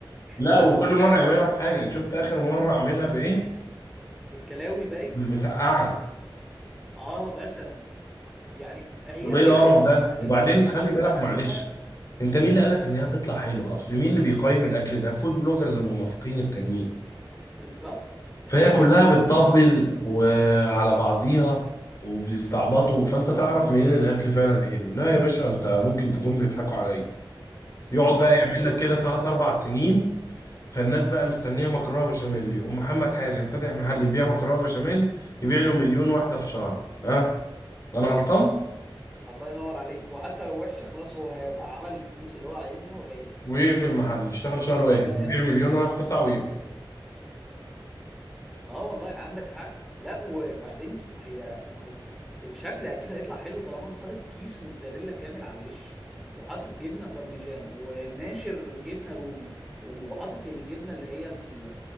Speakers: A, on the left; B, in the centre.
A: لا
B: هي
A: وكل
B: لو ما طلعتش
A: مره يعملها
B: حلوه
A: بحاجه انت شفت اخر مره عاملها بايه
B: بالكلاوي باين
A: مسقعه
B: اه مثلا يعني هي
A: طب ايه
B: كده
A: القرف
B: كده هتطلع
A: ده
B: حلوه
A: وبعدين
B: انت
A: خلي
B: حاطط
A: بالك
B: عليها
A: معلش انت مين اللي قالك ان هي هتطلع حلوه اصل مين اللي بيقيم الاكل ده فود بلوجرز المنافقين التانيين
B: بالظبط هي
A: فهي كلها
B: كشكلها
A: بتطبل وعلى بعضيها وبيستعبطوا فانت تعرف منين الاكل فعلا حلو لا يا باشا انت ممكن تكون بيضحكوا عليا يقعد
B: بالظبط
A: بقى
B: ما
A: يعمل
B: هو ده اللي
A: لك كده
B: انا كنت
A: ثلاث
B: عايز
A: اربع
B: اقوله
A: سنين فالناس بقى مستنيه مكرونه بشاميل يقوم محمد حازم فاتح محل يبيع مكرونه بشاميل يبيع له مليون واحده في شهر ها انا غلطان
B: الله ينور عليك وحتى لو وحشه خلاص هو هيبقى عمل الفلوس اللي هو عايزها وهيقفل
A: ويقفل المحل يشتغل شهر
B: زي
A: واحد
B: ما ياما
A: يبيع
B: شفنا
A: مليون واحد
B: فوق
A: قطعه
B: توجز
A: ويقفل
B: عملوا كده اه والله عندك حق لا وبعدين هي ما هو الشكل اكيد هيطلع حلو طالما انت حاطط كيس موتزاريلا كامل على الوش وحاطط جبنه بارميجان وناشر جبنه رومي وحاطط الجبنه اللي هي ال-